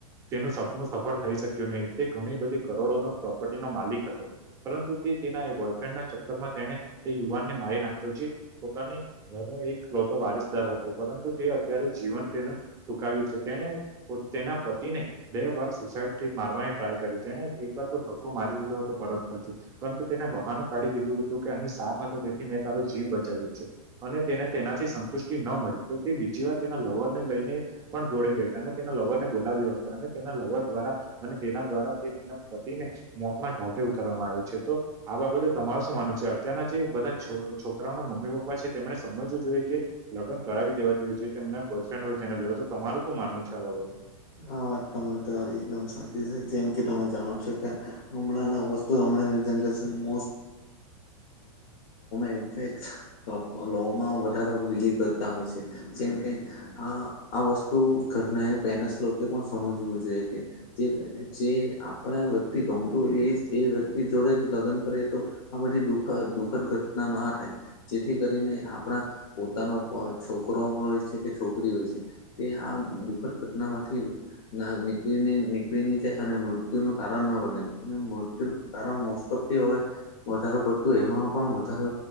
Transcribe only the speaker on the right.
તે નું સફળ થઈ શક્યું નહીિ તે ઘણી બધી કરોડો નો પ્રોપર્ટી નો માલિક હતો પરંતુ તેના બોયફ્રેન્ડના તેને તે યુવાન ને મારી નાખ્યો છે પોતાની ઘરનો એકતો વા દર હતો પરંતુ તે અત્યારે જીવન તેનું ટુકાવ્યું છે તેણે તેના પતિને બે વાર સુસાઈડ થી મારવાની ટ્રાય કરી તેણે એક વાર તો ધક્કો મારી દીધો હતો પરત ફતી પરંતુ તેને બહાનું કાઢી દીધું હતું કે અહીં સાફ હતો તેથી મેં તારો જીવ બચાવ્યો છે અને તેને તેનાથી સંતુષ્ટિ ન મળી તો તે બીજી વાર તેના લવર ને લઈને પણ જોડે ગઈ અને તેના લવર ને બોલાવ્યો હતો અને તેના લવર દ્વારા અને તેના દ્વારા તે તેના ફટીને મોતના ઘાઢે ઉતારવામાં આવે છે તો આ બાબતે તમારું શું માનવું છે અત્યારના જે બધા છોકરાઓના મમ્મી પપ્પા છે તેમણે સમજવું જોઈએ કે લગ્ન કરાવી દેવા જોયું છે તને બસ સ્ટેન્ હોય તેના જોયયા તમારે શું માનવું છે આ બાબતે